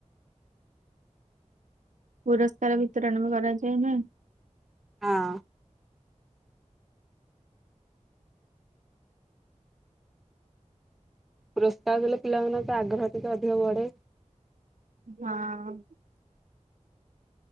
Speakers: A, on the right (about 85°); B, in the centre.
A: ପୁରସ୍କାର ବିିତରଣ ବି କରାଯାଏ ନା।
B: ହଁ। ପୁରସ୍କାର ଦେଲେ ପିଲାମାନେ ତ ଆଗ୍ରହ କି କାଦୁଅ ଇଆଡେ।
A: ହଁ